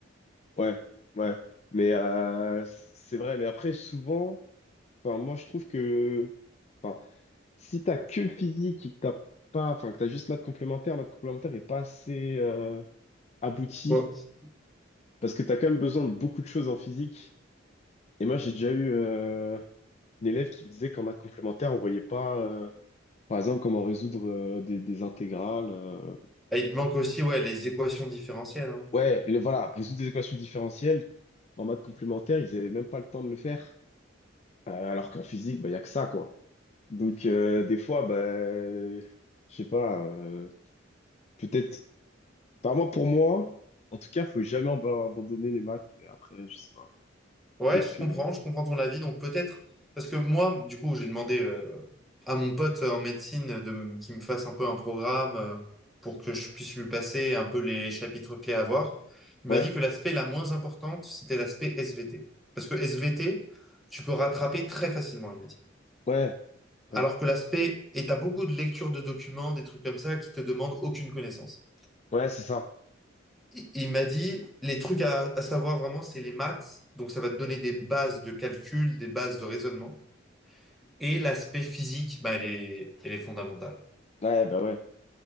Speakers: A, on the left; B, in the centre.
A: Ouais, ouais. Mais euh, c'est vrai, mais après, souvent, enfin, moi, je trouve que... Enfin, si t'as que physique et que t'as pas... Enfin, que t'as juste maths complémentaire, maths complémentaire est pas assez euh, abouti
B: Ouais.
A: Parce que tu as quand même besoin de beaucoup de choses en physique. Et moi, j'ai déjà eu euh, une élève qui me disait qu'en maths complémentaire, on voyait pas, euh, par exemple, comment résoudre euh, des, des intégrales. euh.
B: Et il te manque aussi ouais, les équations différentielles. hein.
A: Ouais, le- voilà, résoudre des équations différentielles. En maths complémentaire, ils avaient même pas le temps de le faire. Euh, alors qu'en physique, bah, il y a que ça, quoi. Donc, euh, des fois, bah, je sais pas, euh, peut-être. Enfin, moi, pour moi, en tout cas, faut jamais ab- abandonner les maths. Mais après, je sais pas.
B: Ouais,
A: Peut-être
B: je
A: que.
B: comprends, je comprends ton avis. Donc peut-être, parce que moi, du coup, j'ai demandé euh, à mon pote en médecine de, me- qu'il me fasse un peu un programme euh, pour que je puisse lui passer un peu les chapitres clés à voir. Il
A: Ouais,
B: m'a dit que l'aspect la moins importante, c'était l'aspect SVT. Parce que SVT, tu peux rattraper très facilement, il m'a dit.
A: ouais, ouais.
B: Alors que l'aspect, et t'as beaucoup de lectures de documents, des trucs comme ça, qui te demandent aucune connaissance.
A: Ouais, c'est ça.
B: il il m'a dit, les trucs à, à savoir vraiment, c'est les maths. Donc, ça va te donner des bases de calcul, des bases de raisonnement. Et l'aspect physique, bah, elle est, elle est fondamentale.
A: Ouais, bah ouais.